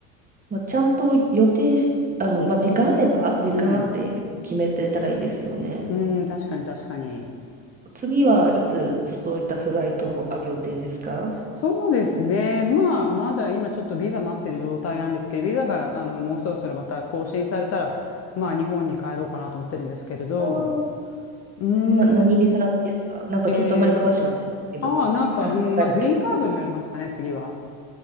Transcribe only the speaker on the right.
まあ、ちゃんと予定し、あの、まあ、時間あれば、時間あって決めてたらいいですよね。
次はいつそういったフライトある予定ですか
あー
な、何ビザですかなんかちょっとあまり詳しくないんですけど、
差し支えなければ。